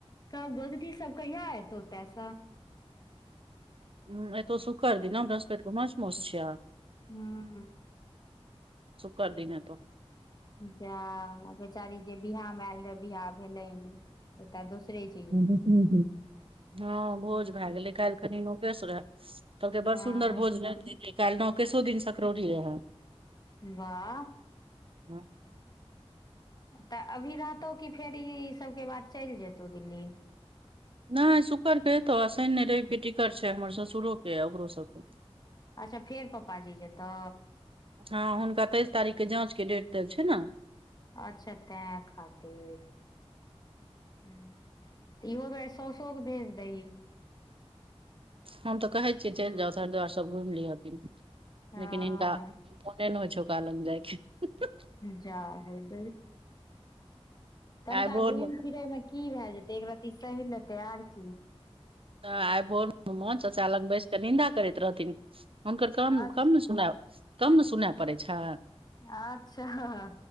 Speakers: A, on the left; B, on the right.
A: तब गोदकी सब कहिया ओतस
B: हु एतो शुकर दिना बृहस्पैत केँ माछ मौस छिय
A: हूँ
B: शुकर दिन एतौ
A: जा बेचारी जे बियाह में ऐल रहेए बियाह भेलै नै ऐत दूसरे अैछ
B: <unintelligible> हँ भोज भै गेलै काइल कनि नौ केस रहय। कहलके बड़
A: हँ
B: सुन्दर भोज <unintelligible> काइल नओ केसो दिन सकरौरी रहै।
A: बाह
B: <unintelligible>
A: तऽ अभी रहतौ कि फेर ई सब केँ बाद चैल जेतौ दिल्ली
B: नै शुकर केँ एतौ शैन नै रैब केँ टीकट छैय हम ससुरो केँ आ ओकरे सब केँ
A: अच्छा फेर पप्पाजी जेतो
B: ह हुनका तेैइस तारीख केँ जाँच केँ डेट देल छैय न
A: अच्छा तै खातिर <inaudible> इहो बेड साउसो कऽ भेज दही।
B: हम तऽ कहै छियै चैल जाउ हरिद्वार सभ घुम लिहथिन <inaudible>
A: हँ
B: लेकिन हिनका मोने नै होइ छौ ओकरा लंग जाइ केँ <unintelligible>
A: जा हो दैव। कनिटा
B: आइ भोर
A: घुम
B: मे
A: फिरयमे की भए जेतै एक रत्ती सैह लेतै आर की।
B: नै आइ भोरमे चचा लग बैस कऽ निन्दा करैत रहथिन। हुनकर कानमे
A: अच्छा
B: कम न सुना <inaudible> कम न सुनाइ पड़ै छैय
A: अच्छा ह